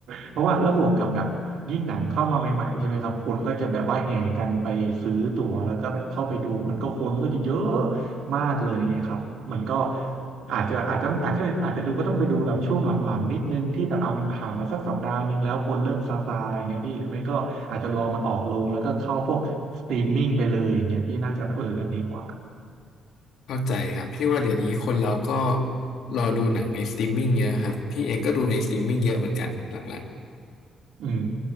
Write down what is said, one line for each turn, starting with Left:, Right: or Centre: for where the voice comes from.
Right: เพราะว่าแล้วบวกกับแบบยิ่งหนังเข้ามาใหม่ๆใช่ไหมครับคนก็จะแบบว่าแห่กันไปซื้อตั๋วแล้วก็แบบเข้าไปดูมันก็คนก็จะเยอะมากเลยไงครับมันก็ อาจจะอาจจะอาจจะอาจจะดูก็ต้องไปดูแบบช่วงหลังๆนิดนึงที่แบบเอามันผ่านมาสักสัปดาห์หนึ่งแล้วคนเริ่มซาซาอย่างเงี้ยพี่หรือไม่ก็อาจจะรอมันออกลงแล้วก็เข้าพวกสตรีมมิ่งไปเลยอย่างเงี้ยพี่น่าจะเอออันนี้กว่า
Left: เข้าใจครับพี่ว่าเดี๋ยวนี้คนเราก็รอดูหนังในสตรีมมิ่งเยอะครับพี่เองก็ดูในสตรีมมิ่งเยอะเหมือนกันหลัง
Right: อืม